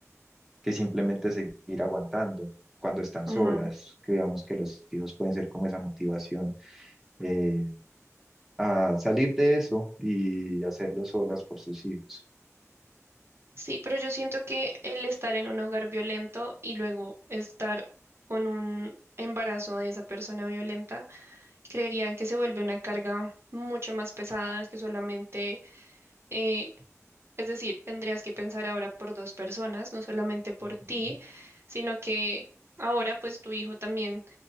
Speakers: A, in the centre; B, on the right.
A: que simplemente seguir aguantando cuando están
B: ujú.
A: solas, que digamos que los hijos pueden ser como esa motivación eh, a salir de eso y hacerlo solas por sus hijos.
B: Sí, pero yo siento que el estar en un hogar violento y luego estar con un embarazo de esa persona violenta creerían que se vuelve una carga mucho más pesada que solamente, eh, es decir, tendrías que pensar ahora por dos personas, no solamente por
A: Ujú.
B: ti, sino que ahora pues tu hijo también